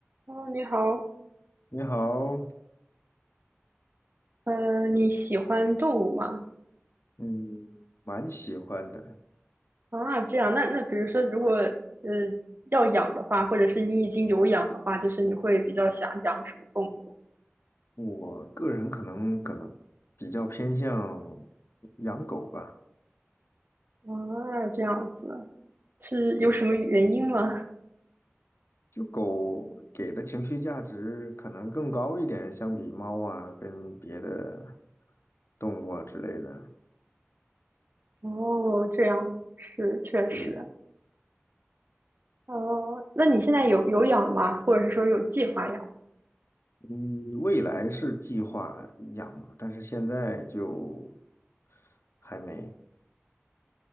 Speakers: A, on the right; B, on the left.
A: 哦，你好，
B: 你好，
A: 呃，你喜欢动物吗？
B: 嗯，蛮喜欢的。
A: 啊，这样，那那比如说，如果呃要养的话，或者是你已经有养的话，就是你会比较想养什么动物？
B: 我个人可能可能比较偏向养狗吧，
A: 啊，这样子，是有什么原因吗？
B: 对，就狗给的情绪价值可能更高一点，相比猫啊跟别的动物啊之类的。
A: 哦，这样是确实，
B: 对，
A: 哦，那你现在有有养吗？或者是说有计划养？
B: 嗯，未来是计划养了，但是现在就还没。